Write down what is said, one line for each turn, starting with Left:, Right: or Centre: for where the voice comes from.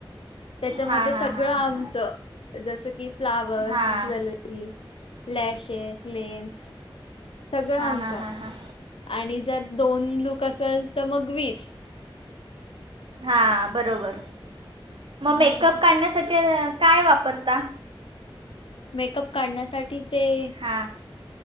Left: त्याच्यामध्ये
Right: हां हां
Left: सगळं
Right: हां
Left: आ
Right: हां
Left: जी जसं की फ्लावर्स,
Right: हां
Left: ज्वेलरी, लॅशेस, लेन्स सगळं
Right: हा.
Left: आमचं
Right: हा. हा. हा.
Left: आणि जर दोन लूक असेल, तर मग वीस
Right: हा. बरोबर. मग मेकअप
Left: हां.
Right: काढण्यासाठी काय वापरता?
Left: मेकअप काढण्यासाठी ते
Right: हां